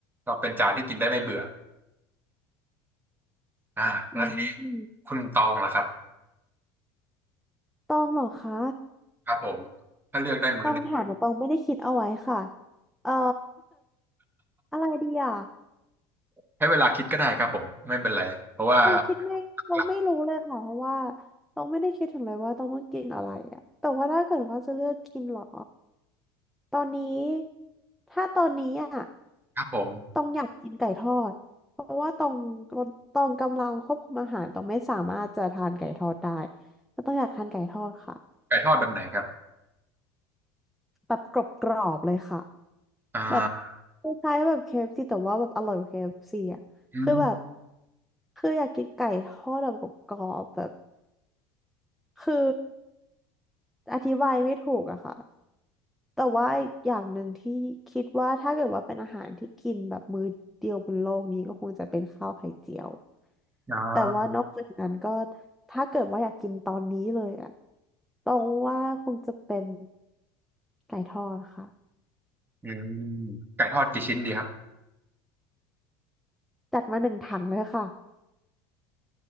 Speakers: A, on the right; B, in the centre.
A: ก็เป็นจานที่กินได้ไม่เบื่ออ่าแล้วที่
B: อืม
A: คุณตองล่ะครับ
B: ต้องเหรอคะ
A: ครับผมถ้าเลือกได้มื้อหนึง
B: ต้องถามแต่ตองไม่ได้คิดเอาไว้ค่ะเอ่อ <laughs> อะไรดีอ่ะ
A: ให้เวลาคิดก็ได้ครับผมไม่เป็นไรเพราะว่า
B: ต้องคิดไม่ต้องไม่รู้เลยค่ะเพราะว่า
A: หลัก
B: ต้องไม่ได้คิดถึงเลยว่าต้องต้องกินอะไรอะแต่ว่าถ้าเกิดว่าจะเลือกกินเหรอตอนนี้ถ้าตอนนี้อ่ะ
A: ๆครับผม
B: ต้องอยากกินไก่ทอดเพราะว่าต้องต้องกำลังควบคุมอาหารต้องไม่สามารถจะทานไก่ทอดได้ก็ต้องอยากทานไก่ทอดค่ะ
A: ไก่ทอดแบบไหนครับ
B: แบบกรอบๆเลยค่ะ
A: อ่า
B: แบบคล้ายๆแบบเคเอฟซีแต่ว่าแบบอร่อยกว่าเคเอฟ f ีอ่ะคือแบบ
A: อืม
B: คืออยากกินไก่ทอดแบบกรอบๆแบบ คืออธิบายไม่ถูกอะค่ะแต่ว่าอีกอย่างหนึ่งที่คิดว่าถ้าเกิดว่าเป็นอาหารที่กินแบบมื้อเดียวบนโลกนี้ก็คงจะเป็นข้าวไข่เจียว
A: อ่า
B: แต่ว่านอกจากนั้นก็ถ้าเกิดว่าอยากกินตอนนี้เลยอะต้องว่าคงจะเป็นไก่ทอดค่ะ
A: อืมไก่ทอดกี่ชิ้นดีครับ
B: จัดมาหนึ่งถังเลยค่ะ